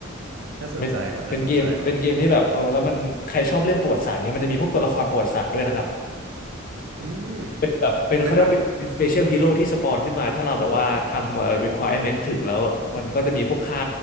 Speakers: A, on the right; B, on the left.
A: น่าสนใจว่ะน่าสนใจว่ะ
B: เป็นเป็นเกมเป็นเกมที่แบบเออแล้วมันใครชอบเรื่องประวัติศาสตร์เนี้ยมันจะมีพวกตัวละครประวัติศาสตร์ด้วยนะครับ
A: อืม
B: เป็นแบบเป็นเขาเรียกว่าเป็นเป็น
A: มันแบบมี
B: special hero ที่สปอนขึ้นมาถ้าเราแบบว่าทำเอ่อ requirement ถึงแล้วมันก็จะมีพวกค่า